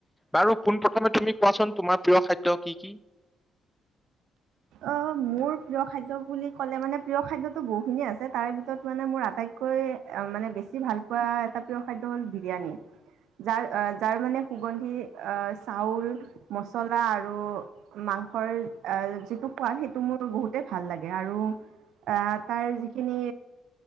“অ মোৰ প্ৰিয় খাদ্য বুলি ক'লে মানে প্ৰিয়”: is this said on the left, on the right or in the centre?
Right